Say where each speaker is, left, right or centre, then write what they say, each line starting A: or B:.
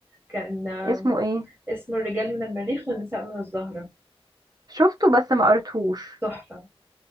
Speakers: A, on the right; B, on the right.
A: كان آه،
B: اسمه ايه
A: اسمه الرجال من المريخ والنساء من الزهرة
B: شفته بس ما قريتهوش
A: تحفة